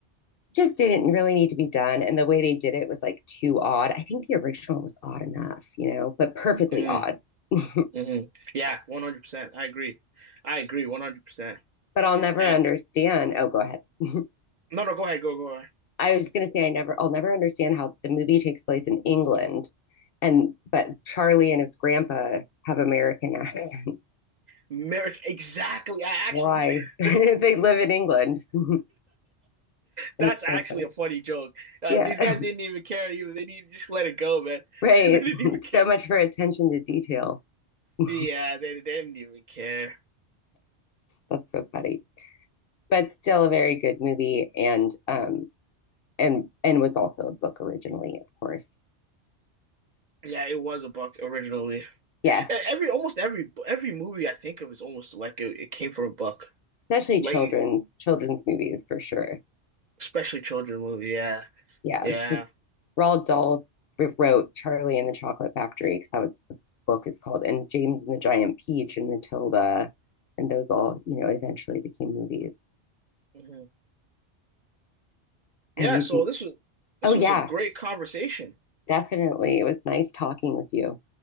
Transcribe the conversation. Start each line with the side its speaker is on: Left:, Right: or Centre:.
Left: just didn't really need to be done. And the way they did it was like too odd. I think the original was odd enough, you know, but perfectly
Right: hmm
Left: odd. <laughs> but
Right: hmm Yeah, 100%. I agree. I agree 100%.
Left: I'll never
Right: And
Left: understand. Oh, go ahead. <laughs>
Right: no, no, go ahead, go, go.
Left: I was just going to say, I never, I'll never understand how the movie takes place in England. And, but Charlie and his grandpa have American accents.
Right: Merrick, exactly. I actually
Left: Why? <laughs> they
Right: <laughs>
Left: live in England. <laughs>
Right: That's
Left: That's
Right: actually
Left: so funny.
Right: a funny joke. Uh,
Left: Yeah.
Right: these guys
Left: <laughs>
Right: didn't even care. You, they didn't just let it go, man.
Left: right.
Right: <laughs> They didn't even
Left: <laughs>
Right: care.
Left: so much for attention to detail. <laughs>
Right: Yeah, they, they didn't even care.
Left: That's so funny. but still a very good movie and um and and was also a book originally, of course.
Right: Yeah, it was a book originally. E-
Left: Yes,
Right: Every almost every every movie I think of is almost like it, it came from a book,
Left: especially
Right: like
Left: children's children's movies for sure.
Right: especially children movie. Yeah,
Left: Yeah,
Right: yeah,
Left: because Roald Dahl wrote Charlie and the Chocolate Factory because that was the book is called, and James and the Giant Peach and Matilda, and those all you know eventually became movies.
Right: hmm yeah.
Left: Have you
Right: So
Left: seen?
Right: this was this
Left: Oh yeah,
Right: was a great conversation.
Left: definitely. It was nice talking with you.